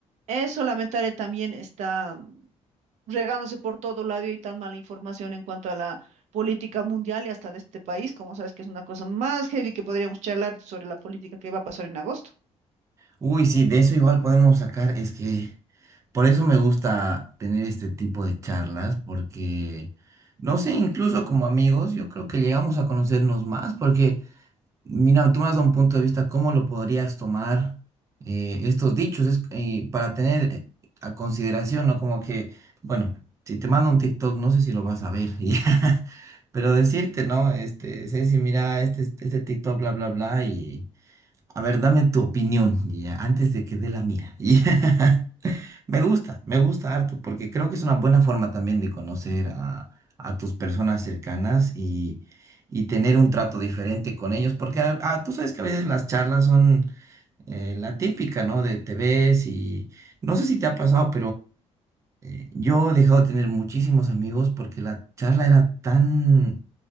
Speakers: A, on the right (about 75°); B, on the right (about 25°).
A: Eso lamentable también está regándose por todo lado y hay tan mala información en cuanto a la política mundial y hasta de este país, como sabes que es una cosa más heavy que podríamos charlar sobre la política que va a pasar en agosto.
B: Uy, sí, de eso igual podemos sacar, es que por eso me gusta tener este tipo de charlas, porque, no sé, incluso como amigos, yo creo que llegamos a conocernos más, porque, mira, tú me has dado un punto de vista, ¿cómo lo podrías tomar eh, estos dichos? Es, eh, para tener eh, a consideración, ¿no? Como que, bueno, si te mando un TikTok, no sé si lo vas a ver, <laughs> y ya, pero decirte, ¿no? Este, Ceci, mira, este, este TikTok, bla, bla, bla, y... A ver, dame tu opinión y ya, antes de que dé la mía. <laughs> Y Me gusta, me gusta harto, porque creo que es una buena forma también de conocer a, a tus personas cercanas y, y tener un trato diferente con ellos, porque a- a- tú sabes que a veces las charlas son eh, la típica, ¿no? De te ves y no sé si te ha pasado, eh, yo he dejado de tener muchísimos amigos porque la charla era tan,